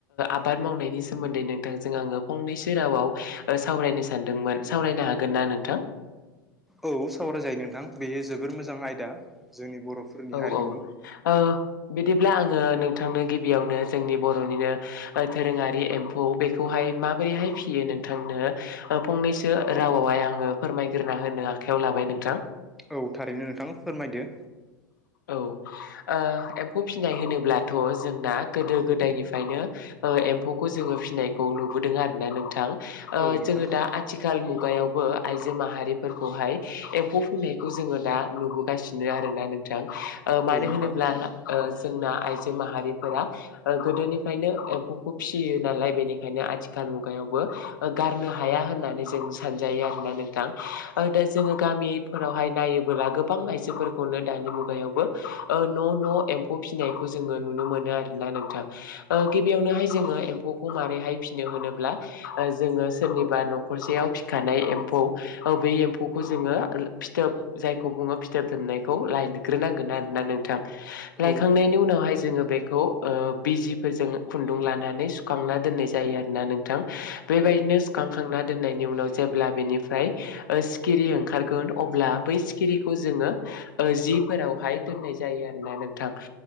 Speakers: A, on the left (about 65°); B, in the centre.
A: आबाद मावनायनि सोमोन्दै नोंथांजों आङो फंनै सो रावाव सावरायनो सानदोंमोन सावरायनो हागोन ना नोंथां?
B: औ सावरायजायो नोंथां बेयो जोबोर मोजां आयदा जोंनि बर'फोरनि
A: औ
B: हारिमु।
A: औ ओ बिदिब्ला आङो नोंथांनो गिबियावनो जोंनि बर'निनो ओ दोरोङारि एम्फौ बेखौहाय माबोरैहाय फियो नोंथांनो ओ फंनैसो रावावहाय आङो फोरमायग्रोना होनो आखायाव ला लाबाय नोंथां
B: औ थारैनो नोंथाङा फोरमायदो
A: औ ओ एम्फौ फिनाय होनोब्लाथ' जोंना गोदो गोदायनिफ्रायनो ओ एम्फौखौ जोङो फिनायखौ नुबोदों आरो दा नोंथां ओ
B: औ नोंथां
A: जोङो दा आथिखाल मुगायावबो आइजो माहारिफोरखौहाय एम्फौ फुंनायखौ जोङो दा नुबोगासिनो आरोना नों ओ
B: औ
A: मानो
B: नोंथां
A: होनोब्ला ओ जोंना आइजो माहारिफोरा ओ गोदोनिफ्रायनो एम्फौखौ फिसियो नालाय बेनिखायनो आथिखाल मुगायावबो ओ गारनो हाया होननानै जों सानजायो आरोना नोंथां औ दा जोङो गामिफोरावहाय नायोबोला गोबां आइजोफोरखौनो दानि मुगायावबो ओ न' न' एम्फौ फिसिनायखौ जोङो नुनो मोनो आरोना नोंथां। ओ गिबियावनोहाय जोङो एम्फौखौ मारैहाय फिसिनो होनोब्ला ओ जोङो सोरनिबा न'खरसेयाव फिखानाय एम्फौ बे एम्फौखौ जोङो फिथोब जायखौ बुङो फिथोब दोबनाय खौ लायग्रोनांगोन आरोना नोंथां लायखांनायनि
B: औ
A: उनावहाय जोङो बेखौ ओ बिजि फोरजों खुन्दुं लानानै सुखांना दोननाय जायो आरोना नोंथां बेबायदिनो
B: औ
A: सुखांखां दोननायनि उनाव जेब्ला बेनिफ्राय ओ सिखिरि ओंखारगोन अब्ला बै सिखिरिखौ जोङो ओ जिफोरावहाय दोननाय जायो आरो ना नोंथां